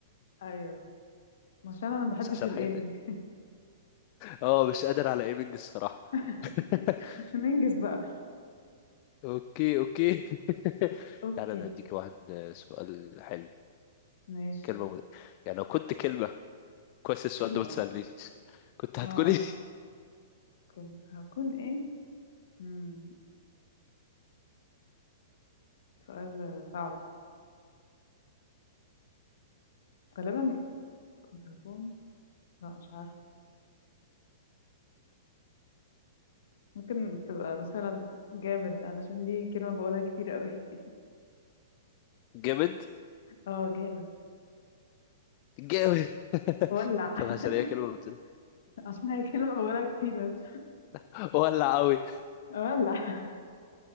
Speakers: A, on the left; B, on the left.
A: ايوه عشان انا ما بحبش
B: بس احسن
A: الايمنج
B: حاجه تاني اه مش قادر على ايمنج الصراحه
A: <laughs>
B: <laughs>
A: ننجز بقى
B: اوكي اوكي <laughs>
A: اوكي
B: تعالى انا هديك واحد آه، سؤال حلو
A: ماشي
B: كلمه مغ- يعني لو كنت كلمه كويس السؤال
A: كلمة
B: ده ما تسالنيش كنت
A: اه
B: هتكون إيه؟
A: كنت هكون ايه مم. سؤال صعب غالبا كنت هكون لا مش عارفة ممكن تبقى مثلا جامد علشان دي كلمة بقولها كتير قوي <laughs>
B: <laughs> جامد
A: اه جامد
B: جامد <laughs>
A: ولع
B: طب
A: <laughs>
B: عشان هي كلمه بتقول
A: عشان هي كلمة بقولها كتير بس
B: <laughs> ولا قوي
A: ولع